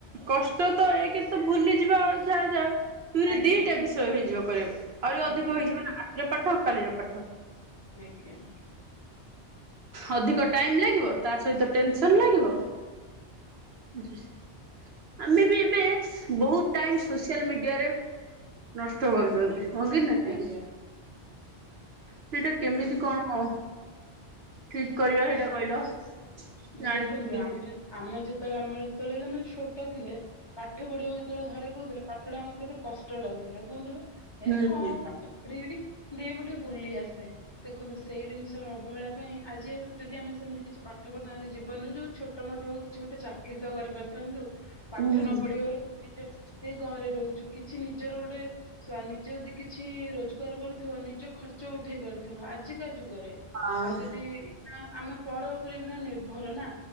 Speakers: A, on the right; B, on the left.
A: କଷ୍ଟ ତ ଏ କେ ତ ଭୁଲିଯିବା ଯାହା ଯା। ତୁରେ
B: ଆଜ୍ଞା
A: ଦିଟା ବିଷୟ ହେଇଯିବ କରିବା ଆହୁରି ଅଧିକ
B: ଆଜ୍ଞା
A: ହେଇଯିବ ନା ରାତିର ପାଠ ଆଉ କାଲିର ପାଠ।
B: ଆଜ୍ଞା ଆଜ୍ଞା।
A: ଅଧିକ ଟାଇମ ଲାଗିବ ତା ସହିତ ଟେନସନ୍ ଲାଗିବ। ହ। ଆମେ ବି ଏବେ ବହୁତ ଟାଇମ ସୋସିଆଲ ମିଡିଆରେ। ନଷ୍ଟ କରୁଛନ୍ତି,
B: ଆଜ୍ଞା
A: ହଁ କି ନାହିଁ?
B: ଆଜ୍ଞା ଆଜ୍ଞା
A: ସେଇଟା କେମିତି
B: ଆଜ୍ଞା।
A: କଣ ଠିକ କରିବା ସେଇଟା କହିଲ? ଜାଣି
B: ଦେଖନ୍ତୁ
A: ହୁଁ
B: ଆମେ ଆମେ ଯି ସେତେବେଳେ ଆମର ଯେତେବେଳେ ଜେ ଛୋଟ ଥିଲେ ପାଠ ପଢିବାକୁ ଯେତେବେଳେ ଘରେ କହୁଥିଲେ ପାଠଢା ଆମକୁ କେତେ କଷ୍ଟ ଲାଗୁଥିଲା। ବ ଲ କୁହନ୍ତୁ ଏ
A: ହୁଁ
B: କଣ ପାଠ ପଢିବି। ଦି ମୁଁ ଟିକେ ବୁଲି ଆସେ ଦେଖନ୍ତୁ, ସେଇ ଜିନିଷର ଅବହେଳା ପାଇଁ ଆଜି ଯଦି ଆମେ ସେମିତି କିଛି ପା ପାଠ କରଥାନ୍ତି ଜୀବନରେ ଯୋଉ ଛୋଟ ମୋଟ ହଉ କିଛି ଗୋଟେ ଚାକିର ତ କରିପାରିଥାନ୍ତୁ ପାଠ
A: ହୁଁ
B: ନ ପଢିବାରୁ। ନିଜ ସେଇ ଘରେ ରହୁଛୁ କିଛି ନିଜର ଗୋଟେ ନିଜେ ଯଦି କିଛି ରୋଜଗାର କରୁଥିବ। ନିଜ ଖର୍ଚ୍ଚ ଉଠେଇ ପାରୁଥିବ ଆଜିକା ଯୁଗ। ଯୁଗରେ
A: ହଁ
B: ଆଉ ଯଦି ଆମେ ପର ଉପରେଇ ନିର୍ଭର ନା।